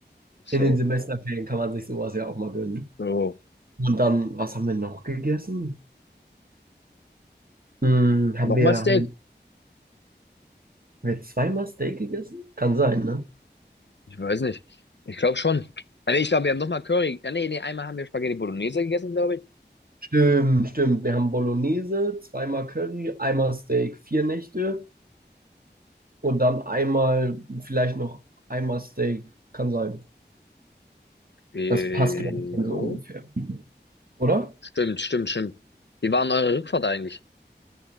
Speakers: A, on the left (about 75°); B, on the right (about 55°).
A: So,
B: In den Semesterferien kann man sich sowas ja auch mal gönnen.
A: so.
B: Und dann, was haben wir noch gegessen? Hm, haben
A: Nochmal
B: wir,
A: Steak?
B: haben wir, haben wir zweimal Steak gegessen? Kann sein, ne?
A: Ich weiß nicht. Ich glaube schon. Ah, nee, ich glaube, wir haben nochmal Curry. Ah, nee, nee, einmal haben wir Spaghetti Bolognese gegessen, glaube ich.
B: Stimmt, stimmt. Wir haben Bolognese, zweimal Curry, einmal Steak, vier Nächte und dann einmal, vielleicht noch einmal Steak. Kann sein.
A: Äh,
B: Das passt, glaube ich, dann
A: Jo.
B: so ungefähr, oder?
A: Stimmt, stimmt, stimmt. Wie war denn eure Rückfahrt eigentlich?